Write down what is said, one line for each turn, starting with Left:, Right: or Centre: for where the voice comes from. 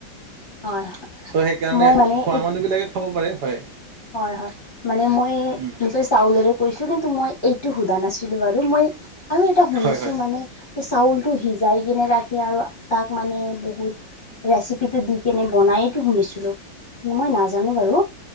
Left: হয়, হয়।
Right: চ' সেইকাৰণে
Left: মই মানে এইটো
Right: এই বিলাকে খাব পাৰে হয়।
Left: হয় - হয় মানে মই
Right: উম,
Left: নিজৰ চাউলেৰে কৈছো কিন্তু মই এইটো সোধা নাছিলো বাৰু মই আৰু এটা শুনিছো
Right: হয় হয়
Left: মানে চাউলটো সিজাই কিনে ৰাখে আৰু তাক মানে বহুত ৰেচিপিটো দি কেনে বনায়টো শুনিছিলো মই নাজানো বাৰু।